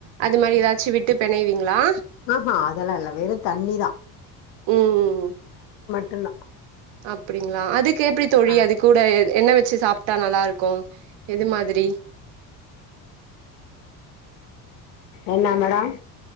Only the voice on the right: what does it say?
அது மாரி எதாச்சி விட்டு பெணைவீங்களா
ம் ம்
அப்டிங்களா அதுக்கு எப்டி தோழி
அது கூட என்ன வச்சி சாப் ட்டா நல்லா இருக்கும் எது மாதிரி